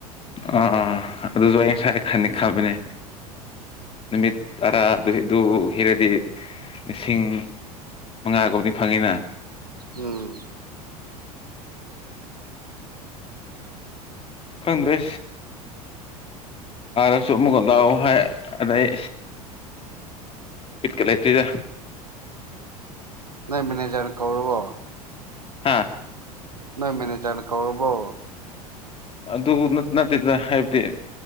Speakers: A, on the left; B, on the right.
A: ꯑꯥ ꯑꯗꯨꯁꯨ ꯑꯩ ꯉꯁꯥꯏ ꯈꯅꯤ ꯈꯕꯅꯦ ꯅꯨꯃꯤꯠ ꯇꯔꯥꯗꯨ ꯑꯗꯨ ꯍꯔꯗꯤ ꯏꯁꯤꯡ ꯃꯉꯥꯒꯨꯝꯕꯗꯤ ꯐꯪꯉꯤꯅ
B: ꯎꯝ
A: ꯈꯪꯗ꯭ꯔꯦ ꯑꯁꯨ ꯃꯒꯗꯥ ꯍꯥꯏꯥꯏ ꯑꯗꯩ ꯠꯀꯂ ꯏꯇꯗ
B: ꯅꯣꯏ ꯃꯦꯅꯦꯖꯔ ꯀꯧꯔꯕꯔꯕꯣ
A: ꯍꯥꯥ
B: ꯅꯣꯏ ꯃꯦꯅꯦꯖꯔ ꯀꯧꯔꯕꯣ
A: ꯑꯗꯨ ꯑꯗꯨ ꯅ ꯅꯠꯇꯗ ꯍꯥꯏꯕꯗꯤ